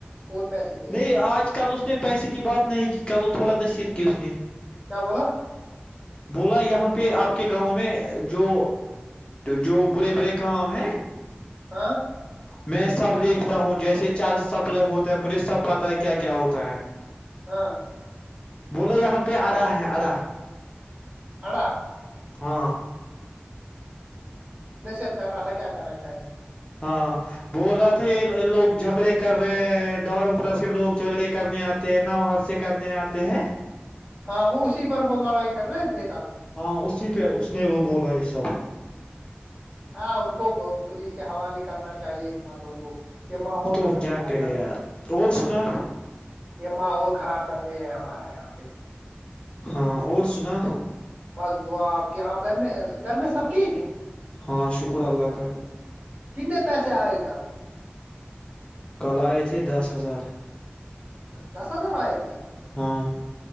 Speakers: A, on the right; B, on the left.
A: اور پیسے دے دو
B: نہیں آج کل اس نے پیسے کی بات نہیں کی کل وہ تھوڑا نصیر کی اسنی
A: کیا بولا
B: بولا یہاں پہ آپ کے گاؤں میں جو جو برے برے کام ہیں
A: ہاں
B: میں سب دیکھتا ہوں جیسے چار سپل ہوتا ہے مجھے سب پتا ہے کیا کیا ہوتا ہے
A: ہاں
B: بولو یہاں پہ ارا ہے ارا
A: آڈا
B: ہاں
A: نصیحت کر رہا تھا کیا کرنا چاہیے
B: ہاں بول رہا تھا یہ لوگ جھگڑے کر رہے ہیں دڑ پرا سے لوگ جھگڑے کرنے آتے ہیں نو ہر سے کرنے آتے ہیں
A: ہاں وہ اسی پر وہ لڑائی کر رہے تھے کل
B: ہاں اسی پہ اس نے وہ بولا یہ سب
A: ہاں ان کو پولیس کے حوالے کرنا چاہیے کو یہ ماحول
B: تو کیا
A: خراب
B: کرے
A: کر
B: یار
A: رہے
B: اور سنا
A: یہ ماحول خراب کر رہے ہیں ہمارا ہے یہاں پہ
B: ہاں اور سنا
A: بس دعا آپ کے آپ گھر میں گھر میں سب ٹھیک ہیں
B: ہاں شکر اللہ کا
A: کننے پیسے آئے کل
B: کل آئے تھے دس ہزار
A: دس ہزار آ ا تھے
B: ہاں